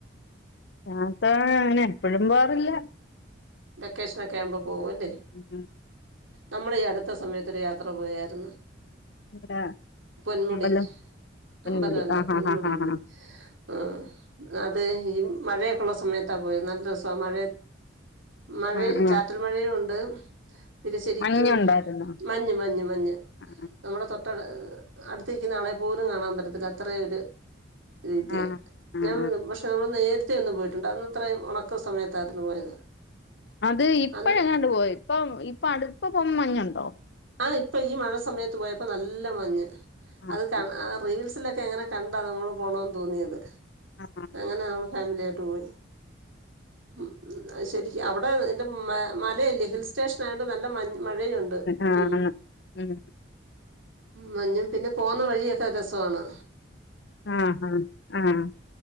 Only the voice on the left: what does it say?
യാത്രാ അങ്ങനെ എപ്പഴും പോകാറില്ല.
ഉം
ഇവിടെ
ഉണ്ടല്ലോ പൊന്മുടി
ആ ഹാ
ഹാ ഹാ
ഹാ
ആ
ആ
മഞ്ഞുണ്ടായിരുന്നോ
ആ
ആ ആ
ആ
അത് ഇപ്പഴെങ്ങാണ്ട്
പോയി ഇപ്പൊ ഇപ്പ അടു ഇപ്പപോവുമ്പ മഞ്ഞുണ്ടോ?
ആ
ആ
ആ
ആഹ്
ഉം
ആഹ് ഹാഹ് ആഹ്